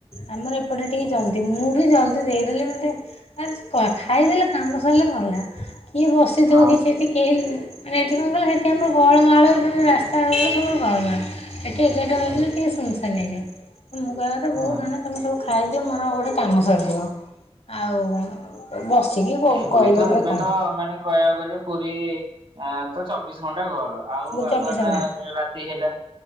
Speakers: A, on the left (about 80°); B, on the right (about 55°).
A: ଆମ ଏପଟେ ଟିକେ
B: ହଁ
A: ଜଲ୍ଦି ମୁଁ ବି ଜଲଦି ଦେଇଦେଲେ ମୋତେ ଆ କ ଖାଇଦେଲେ କାମ ସରିଲେ କଣ ହେଲା କିଏ ବସିଥିବ
B: ହଁ
A: କିସେଠି କେହି ମାନେ ଏଠି କଣ କହିଲେ ସେଠି ଆମର ଗହଳମାହଳ ମାନେ ରାସ୍ତା ସବୁ ଗହଳମାହଳ ଏଠି ଏଗାରଟା
B: ହୁଁ
A: ବାଜିଲେ ଟିକେ ସୁନସାନ ଏରିଆ ମୁଁ କହିବା କଥା
B: ହୁଁ
A: ବହୁ ତମେ ସବୁ ଖ ଖାଇଦିଅ ମୋର ଗୋଟେ କାମ ସରିଯିବ। ଆଉ ବସିକି
B: ପୁରୀ
A: କରିବା
B: ତ
A: ପାଇଁ
B: ଏବେ
A: କଣ
B: ତ ମାନେ କହିବାକୁ ଗଲେ ପୁରୀ ତ ଚବିଶ ଘଣ୍ଟା ଗହଳ ଆଉ
A: ଚବିଶ
B: ଆଗୁଆ ନା
A: ଘଣ୍ଟା
B: ରାତି ହେଲା